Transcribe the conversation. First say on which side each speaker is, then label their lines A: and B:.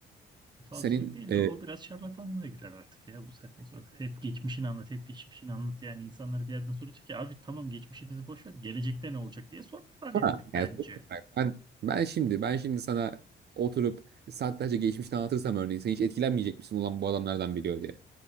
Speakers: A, on the right (about 20°); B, on the right (about 55°).
A: Falcılık
B: Senin
A: değil
B: e,
A: de o biraz şarlatanlığa girer artık ya bu saatten sonra. Hep geçmişini anlat, hep geçmişini anlat. Yani insanları bir yerden soracak ki abi tamam geçmişimizi boş ver, gelecekte ne olacak diye sorarlar
B: ama
A: yani
B: yani
A: bence.
B: sonuç olarak <laughs> ben ben şimdi ben şimdi sana oturup saatlerce geçmişte anlatırsam örneğin sen hiç etkilenmeyecek misin olan bu adamlardan biliyor diye.